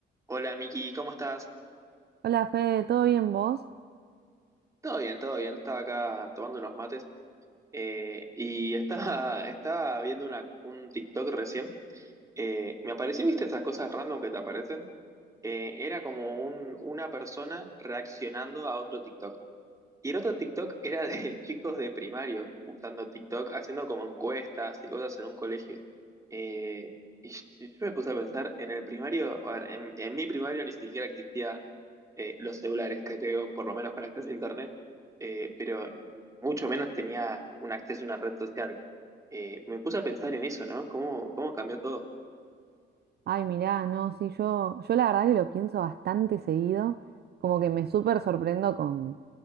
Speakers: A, on the right; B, on the right.
A: Hola Miki, ¿cómo estás?
B: Hola Fede, ¿todo bien vos?
A: Todo bien, todo bien. Estaba acá tomando unos mates eh, y estaba, <laughs> estaba viendo una, un TikTok recién. Eh, me apareció, ¿viste esas cosas random que te aparecen? Eh, era como un- una persona reaccionando a otro TikTok. Y el otro TikTok era de <laughs> chicos de primario usando TikTok, haciendo como encuestas y cosas en un colegio. Eh, y yo y yo me puse a pensar, en el primario, a ver, en, en mi primario ni siquiera existían eh, los celulares, que tengo, por lo menos con acceso a internet, eh, pero mucho menos tenía un acceso a una red social. Eh, me puse a pensar en eso, ¿no? ¿Cómo, cómo cambió todo?
B: Ay, mirá, no, sí, yo, yo la verdad que lo pienso bastante seguido, como que me súper sorprendo con,